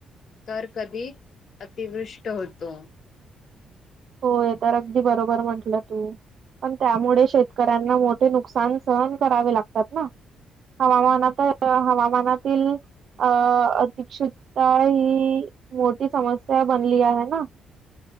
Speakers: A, on the left; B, on the right.
A: तर कधी अतिवृष्ट होतो
B: हो य तर अगदी बरोबर म्हंटलं तू पण त्यामुळे शेतकऱ्यांना मोठे नुकसान सहन करावे लागतात ना हवामानात हवामानातील अ अिकक्षुकता ही मोठी समस्या बनली आहे आहे ना